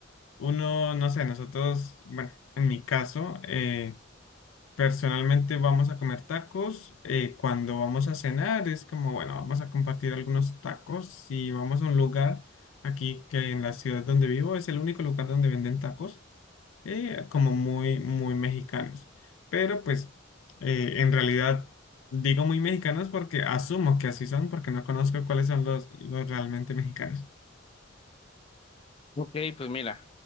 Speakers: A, on the left; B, on the left.
A: uno, no sé, nosotros, bueno, en mi caso, eh, Personalmente vamos a comer tacos. eh, cuando vamos a cenar es como, bueno, vamos a compartir algunos tacos. y vamos a un lugar aquí que en la ciudad donde vivo es el único lugar donde venden tacos, eh, como muy, muy mexicanos. Pero pues eh, en realidad digo muy mexicanos porque asumo que así son porque no conozco cuáles son los, los realmente mexicanos.
B: Ok, pues mira,